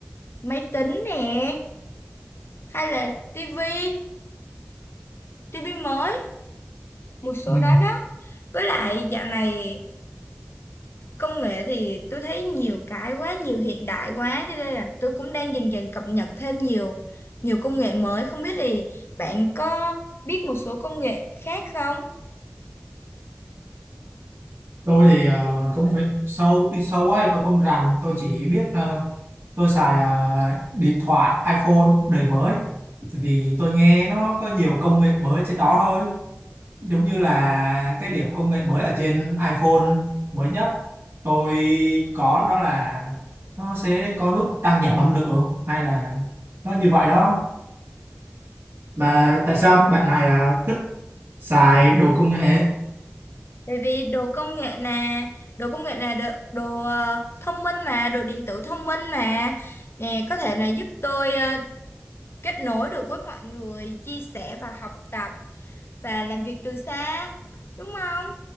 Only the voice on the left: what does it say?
máy tính nè, hay là tivi, tivi mới, một số
đó đó. Với lại dạo này công nghệ thì tôi thấy nhiều cái quá, nhiều hiện đại quá cho nên là tôi cũng đang dần dần cập nhật thêm nhiều nhiều công nghệ mới. Không biết thì bạn có biết một số công nghệ khác không?
Tại vì đồ công nghệ là đồ công nghệ là đồ, đồ ờ, thông minh mà, đồ điện tử thông minh mà nè, có thể là giúp tôi ờ, kết nối được với mọi người, chia sẻ và học tập và làm việc từ xa, đúng không?